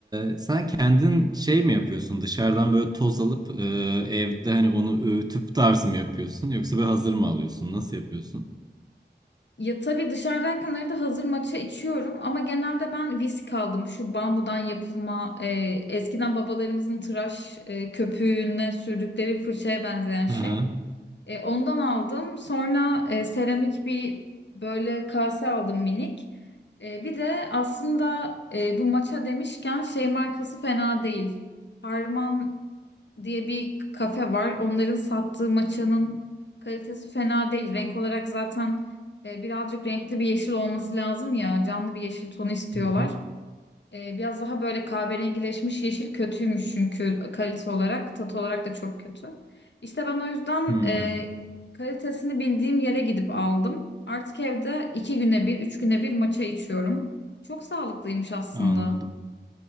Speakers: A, on the right; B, on the left.
A: E, sen kendin şey mi yapıyorsun? Dışarıdan böyle toz alıp e, evde hani onu öğütüp tarz mı yapıyorsun? Yoksa böyle hazır mı alıyorsun? Nasıl yapıyorsun?
B: Ya tabii dışarıdayken arada hazır matcha içiyorum ama genelde ben visk aldım. Şu bambudan yapılma, e, eskiden babalarımızın tıraş e, köpüğüne sürdükleri fırçaya benzeyen şey.
A: Hı
B: E, ondan aldım. Sonra e, seramik bir böyle kase aldım minik. E, bir de aslında e, bu maça demişken şey markası fena değil. Harman diye bir kafe var. Onların sattığı maçanın kalitesi fena değil. Renk olarak zaten e, birazcık renkli bir yeşil olması lazım ya. Canlı bir yeşil tonu istiyorlar.
A: Hı hı.
B: Ee, biraz daha böyle kahverengileşmiş yeşil kötüymüş çünkü kalite olarak, tat olarak da çok kötü. İşte ben o yüzden
A: Hmm,
B: e, kalitesini bildiğim yere gidip aldım. Artık evde iki güne bir, üç güne bir matcha içiyorum. Çok sağlıklıymış aslında.
A: anladım.